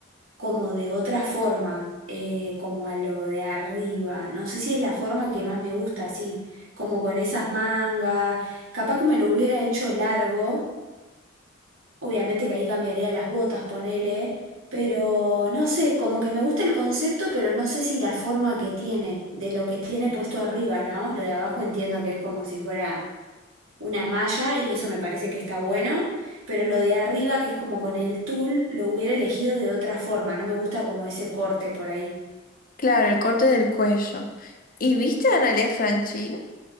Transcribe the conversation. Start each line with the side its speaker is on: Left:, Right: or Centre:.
Right: como de otra forma, eh, como a lo de arriba. No sé si es la forma que más me gusta, así, como con esas mangas. Capaz que me lo hubiera hecho largo, obviamente que ahí cambiaría las botas, ponele, pero no sé, como que me gusta el concepto, pero no sé si la forma que tiene, de lo que tiene puesto arriba, ¿no? Lo de abajo entiendo que es como si fuera una malla y eso me parece que está bueno, pero lo de arriba, que es como con el tul, lo hubiera elegido de otra forma, no me gusta como ese corte por ahí.
Left: Claro, el corte del cuello. ¿Y viste a Analia Franchín?